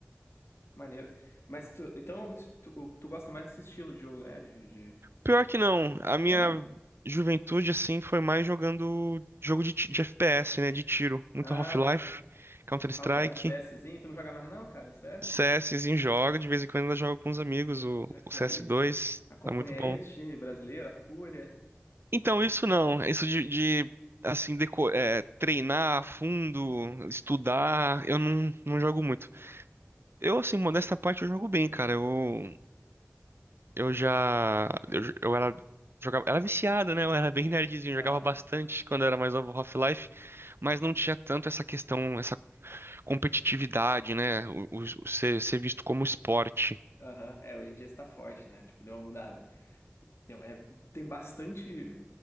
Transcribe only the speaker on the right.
Pior que não. A minha
juventude, assim, foi mais jogando jogo de, ti- de FPS, né? De tiro. Muito
Half-Life, Counter-Strike,
CSzinho joga. De vez em quando ainda jogo com os amigos o,
o
CS2.
Tá muito
bom.
Então, isso não. Isso de, de, assim, deco é, treinar a fundo, estudar, eu não, não jogo muito. Eu, assim, modesta parte, eu jogo bem, cara. Eu Eu já. Eu, j- eu era. Jogava, era viciado, né? Eu era bem nerdzinho,
jogava bastante quando eu era mais novo Half-Life, mas não tinha tanto essa questão, essa competitividade, né? O, o- o ser, ser visto como esporte.